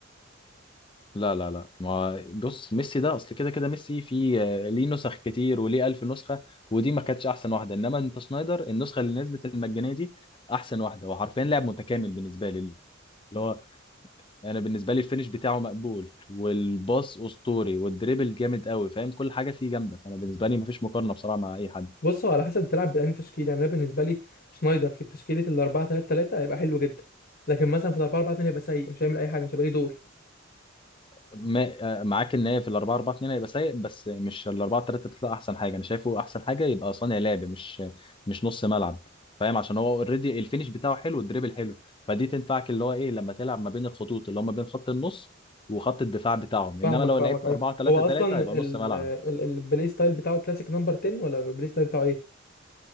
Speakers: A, on the left; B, on the left.
A: لا لا لا ما بص ميسي ده اصل كده كده ميسي في آه، ليه نسخ كتير وليه ألف نسخه ودي ما كانتش احسن واحده انما انت شنايدر النسخه اللي نزلت المجانيه دي احسن واحده وحرفيا لاعب متكامل بالنسبه لي اللي هو انا بالنسبه لي الفينش بتاعه مقبول والباص اسطوري والدريبل جامد قوي فاهم كل حاجه فيه جامده فانا بالنسبه لي ما فيش مقارنه بصراحه مع اي حد
B: بص هو على حسب تلعب بأنهي تشكيلة يعني انا بالنسبة لي شنايدر في تشكيلة ال 4 3 3 هيبقى حلو جدا لكن مثلا في ال 4 4 2 هيبقى سيء مش هيعمل اي حاجة مش هيبقى ليه دور
A: ما آه، معاك ان هي في ال 4 4 2 هيبقى سيء بس مش ال 4 3 3 احسن حاجه انا شايفه احسن حاجه يبقى صانع لعب مش مش نص ملعب فاهم عشان هو اوريدي الفينش بتاعه حلو الدريبل حلو فدي تنفعك اللي هو ايه لما تلعب ما بين الخطوط اللي هم بين خط النص وخط الدفاع بتاعهم
B: فاهمك
A: انما لو
B: فاهمك
A: لعبت
B: ايوه
A: 4 3
B: هو
A: 3
B: اصلا
A: هيبقى نص
B: ال-
A: ملعب
B: ال- البلاي ستايل بتاعه كلاسيك نمبر 10 ولا البلاي ستايل بتاعه ايه